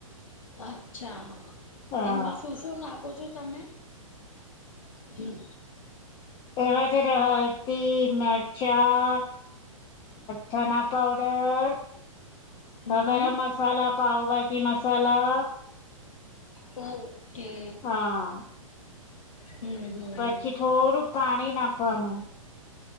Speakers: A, on the left; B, on the left.
A: અચ્છા
B: હા
A: એમાં શું શું નાખો છો તમે. હમ
B: એમાં છે હળદી મરચાં ધના પાવડર
A: હમ
B: અ ગરમ મસાલા પાવભાજી મસાલા.
A: ઓકે
B: હા
A: હમ. હમ
B: પછી થોડુંક પાણી નાખવાનું.